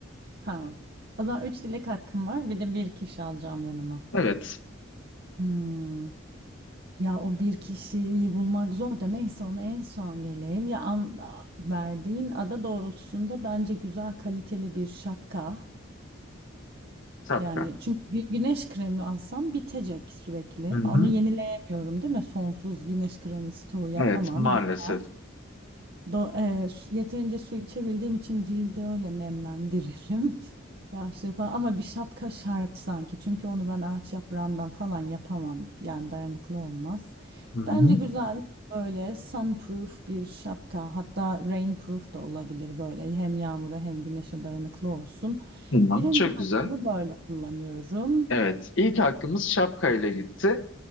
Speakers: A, on the right; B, on the left.
A: Tamam. O zaman 3 dilek hakkım var. Bir de bir kişi alacağım yanıma.
B: Evet,
A: Hmm. Ya o bir kişiyi bulmak zor da neyse ona en son geleyim. Ya an, a- verdiğin ada doğrultusunda bence güzel kaliteli bir şapka.
B: Sapra.
A: Yani çünkü gü- güneş kremi alsam bitecek sürekli.
B: Hı hı.
A: Onu yenileyemiyorum değil mi? Sonsuz güneş kremi stoğu yapamam.
B: Evet, maalesef.
A: Biter. Do, e, su- yeterince su içebildiğim için cildi öyle nemlendiririm. Yağışlı falan ama bir şapka şart sanki. Çünkü onu ben ağaç yaprağından falan yapamam. Yani dayanıklı olmaz.
B: Hı hı.
A: Bence güzel böyle sunproof bir şapka. Hatta rainproof da olabilir böyle. Hem yağmura hem güneşe dayanıklı olsun.
B: Tamam,
A: Birinci
B: çok
A: hakkımı
B: güzel.
A: böyle kullanıyorum.
B: Evet, ilk hakkımız şapkayla gitti.